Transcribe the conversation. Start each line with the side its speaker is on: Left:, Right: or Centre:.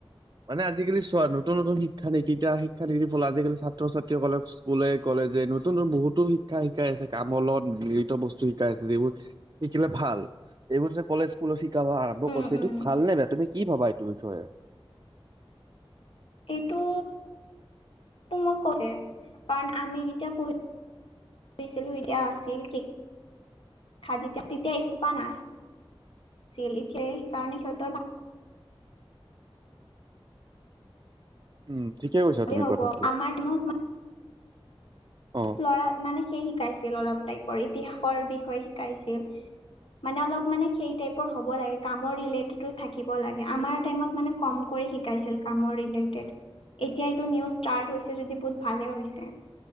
Right: মানে। আজিকালি চোৱা নতুন নতুন শিক্ষানীতি শিক্ষানীতিৰ ফল আজিকালি ছাত্ৰ ছাত্ৰীসকলক স্কুলে কলেজে নতুন। বহুতো শিক্ষা শিকাই আছে কামত জড়িত বস্তু শিকাই আছে যিবোৰ শিকিলে ভাল এইবোৰ যে কলেজ স্কুল শ আৰম্ভ
Left: উম
Right: কৰিছ এইটো
Left: উম
Right: ভাল নে বেয়া তুমি কি ভাবা এইটো বিষয়ে।
Left: এইটো মই কৈ কাৰণ আমি যেতিয়া পঢ়ি- ছিলো এতিয়া আছিল তেতিয়া এসোপা নাছিল। আছিল এতিয়া সেই কাৰণে সিহঁতৰ-
Right: উম ঠিকে কৈছা
Left: ভালেই
Right: তুমি
Left: হ'ব
Right: কথাটো।
Left: আমাৰ টাইমত
Right: অ
Left: ল'ৰা মানে সেই শিকাইছিল অলপ টাইপৰ ইতিহাসৰ বিষয়ে শিকাইছিল। মানে অলপ মানে সেই টাইপৰ হব লাগে কাম, কামৰ ৰিলেটেড থাকিব লাগে আমাৰ টাইমত মানে কাম কৰি - শিকাইছিল কামৰ ৰিলে এতিয়া এইটো নিউজ ষ্টাৰ্ট হৈছে যদি বহুত ভালে হৈছে।